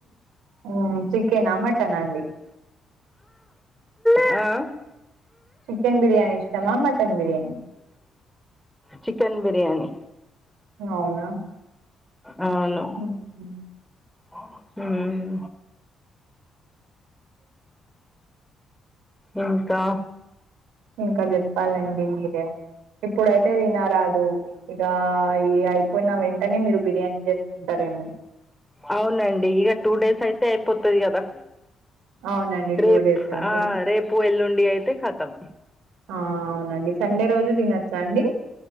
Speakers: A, on the right; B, in the centre.
A: ఆమ్ చికెనా మటనా అండి
B: ఆ
A: చికెన్ బిర్యానీ ఇష్టమా మటన్ బిర్యానీ
B: చికెన్ బిర్యానీ
A: అవునా
B: అవును
A: హుహు.
B: ఉమ్ ఇంకా
A: ఇంకా జేప్పాలండి మీరే ఇప్పుడైతే తినారాదు ఇగ అ ఈ అయిపోయిన వెంటనే మీరు బిర్యానీ చేసుకుంటారేమో
B: అవునండి ఇగ టూ డేస్ అయితే అయిపోతది కదా
A: అవునండి
B: రేప్
A: డేసే ఉంది.
B: ఆ రేపు ఎళ్ళుండి అయితే కతం
A: ఆ అవునండి సండే రోజు దినోచ్చా అండి